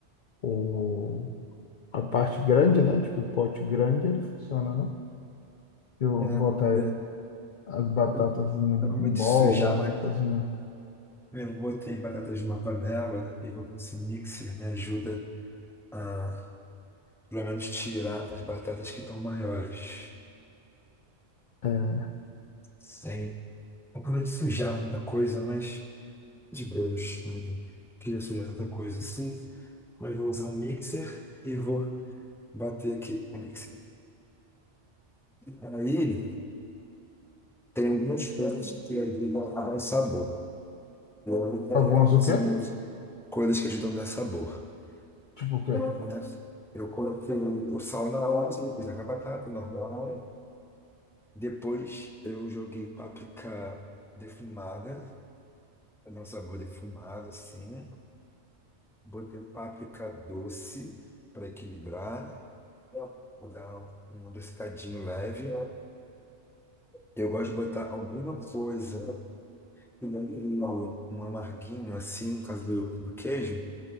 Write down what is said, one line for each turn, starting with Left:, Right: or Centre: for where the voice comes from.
Left: o, o- a parte grande, né? Tipo, o pote grande, ele funciona, né? Se eu
Centre: é,
Left: botar
Centre: eu,
Left: as batatas
Centre: eu
Left: em um,
Centre: tô com medo
Left: um bowl
Centre: de sujar,
Left: ou alguma
Centre: mas
Left: coisa, né?
Centre: eu botei batatas numa panela. E vou esse mixer me ajuda a, pelo menos, tirar as batatas que estão maiores.
Left: É,
Centre: Sem... Não com medo de sujar muita coisa, mas... de Deus, não queria sujar tanta coisa assim, mas vou usar um mixer e vou bater aqui o mixer. Aí tem algumas coisas que ajudam a dar um sabor. Eu vou pegar
Left: algumas
Centre: cozinha
Left: o quê?
Centre: coisas que ajudam a dar sabor.
Left: Tipo o quê?
Centre: né? Eu coloquei o sal na hora, depois a batata normal. Depois eu joguei páprica defumada, para dar um sabor defumado assim. Botei páprica doce para equilibrar. Vou dar um adocicadinho leve. Eu gosto de botar alguma coisa, um um amarguinho assim, no caso do, do queijo.